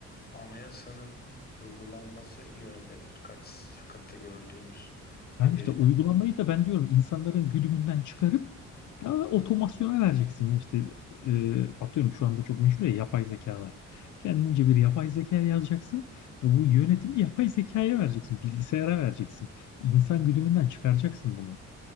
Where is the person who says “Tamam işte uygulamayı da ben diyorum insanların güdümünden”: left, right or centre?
Left